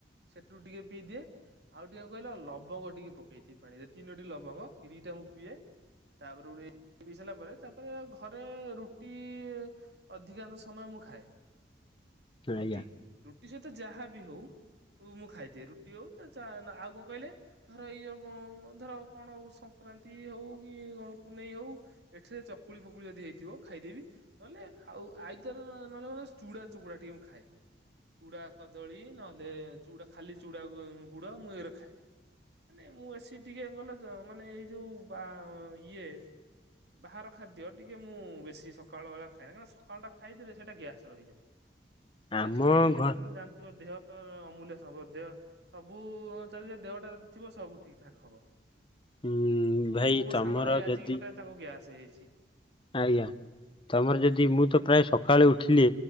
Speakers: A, on the right; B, on the left.
A: ସେଥୁରୁ ଟିକେ ପିଇଦିଏ ଆଉ ଟିକେ କହିଲ ଲ ବଙ୍ଗ ଟିକେ ପକେଇ ଥିବି ପାଣିରେ ତିନୋଟି ଲବଙ୍ଗ ଏ ଦିଟା ମୁଁ ପିଏ। ତାପରେ <unintelligible> ସାରିଲା ପରେ ତାପରେ ଘରେ ରୁଟି ଅଧିକାଂଶ ସମୟ ମୁଁ ଖାଏ ରୁଟି।
B: ଆଜ୍ଞା
A: ରୁଟି ସହିତ ଯାହାବି ହଉ ମୁଁ ଖାଇଦିଏ ରୁଟି ହଉ ଆଉ କଣ କହିଲେ ଧର ଏଇ ଯୋ ଧର କଣ ସଂକ୍ରାନ୍ତି ହଉ କି ପୁନେଇ ହଉ। ଏଥିରେ ଚକୁଳି ଫକୁଳି ଯଦି ହେଇଥିବ ଖାଇଦେବି। ନହେଲେ ଆଉ ଆଇଦର ନହେଲେ ମାନେ ଚୁଡା ଚକୁଡା ଟିକେ ମୁଁ ଖାଏ। ଚୁଡା କଦଳୀ ନହେଲେ ଚୁ ଖାଲି ଚୁଡା ଗୁଡ ମୁଁ ଏ ରା ଖାଏ। ମାନେ ମୁଁ ଆସି ଟିକେ କଲ ମାନେ ଏଇ ଯୋଉ ବା ଇଏ ବାହାର ଖାଦ୍ୟ ଟିକେ ମୁଁ ବେଶୀ ସକାଳ ବେଳା ଖାଏନା, ସକାଳଟା ଖାଇଦେଲେ ସେଟା ଗ୍ୟାସ୍ ରହିଯାଏ। ଗ୍ୟାସ
B: ଆମ
A: ଟା ହେଇଗଲେ
B: ଘ
A: ମାନେ ଜାଣି ଥିବ ଦେହ ତ ଅମୂଲ୍ୟ ସବ ଦେହ ସବୁ ଚାଲିଯିବ ଦେହଟା ଥିବ ସବୁ ଠିକ୍ ଠାକ୍ ହବ।
B: ଉଁ ଭାଇ
A: ମୁଁ ମୋ
B: ତମର
A: ସାଙ୍ଗଟାଇ
B: ଯଦି
A: ଆଜି ଗୋଟେ ତାଙ୍କୁ ଗ୍ୟାସ୍ ହେଇଯାଇଚି।
B: ଆଜ୍ଞା। ତମର ଯଦି ମୁଁ ତ ପ୍ରାୟ ସକାଳେ ଉଠିଲି